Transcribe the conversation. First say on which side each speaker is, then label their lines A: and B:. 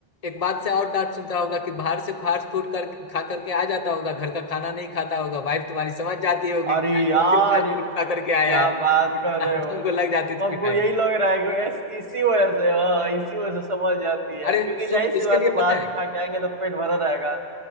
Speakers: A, on the left; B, on the right.
A: एक बात से और डांट सुनता होगा कि बाहर से फास्ट फूड कर खा करके आ जाता होगा घर का खाना नहीं खाता होगा वाइफ तुम्हारी समझ जाती होगी
B: अरे
A: कि आज
B: यार
A: फिर फास्ट फूड खा करके
B: क्या
A: आया है
B: बात कर रहे
A: अब
B: हो
A: तुमको लग जाती
B: हमको
A: थी पिटाई
B: यही लग रहा है कि ऐस- इसी वजह से हाँ इसी वजह से समझ जाती है
A: अरे
B: क्योंकि
A: सुन
B: जाहिर सी
A: इसके
B: बात
A: लिए
B: है बाहर
A: पता
B: के
A: है
B: खा के आएंगे तो पेट भरा रहेगा